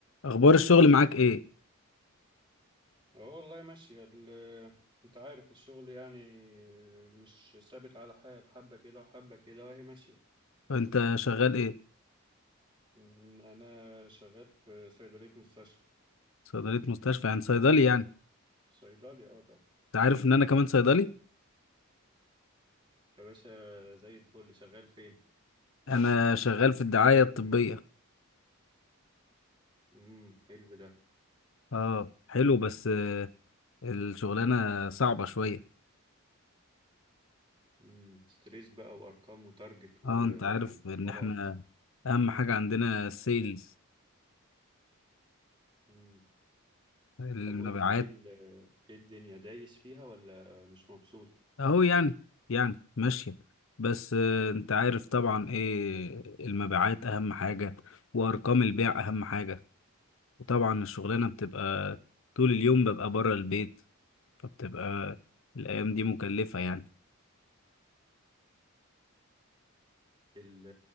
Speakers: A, on the left; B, on the right.
A: اخبار الشغل معاك ايه
B: اه والله ماشية ال- انت عارف الشغل يعني مش ثابت على حال حبة كده وحبة كده وهي ماشية
A: انت شغال ايه
B: م، انا شغال في صيدلية مستشفى
A: صيدليه مستشفى يعني صيدلي يعني
B: صيدلي اه طبعا
A: انت عارف ان انا كمان صيدلي
B: يا باشا زي الفل شغال فين
A: انا شغال في الدعايه الطبيه
B: امم حلو ده
A: اه حلو بس آه، الشغلانه صعبه شويه
B: امم ستريس بقى وارقام وتارجت وحوارات
A: اه انت عارف ان احنا اهم حاجه عندنا السيلز
B: امم
A: المبيعات
B: طب قول لي ايه ال- ايه الدنيا دايس فيها ولا مش مبسوط
A: اهو يعني يعني ماشيه بس آه، انت عارف طبعا ايه المبيعات اهم حاجه وارقام البيع اهم حاجه وطبعا الشغلانه بتبقى طول اليوم ببقى بره البيت فبتبقى الأيام دي مكلفة يعني
B: ال-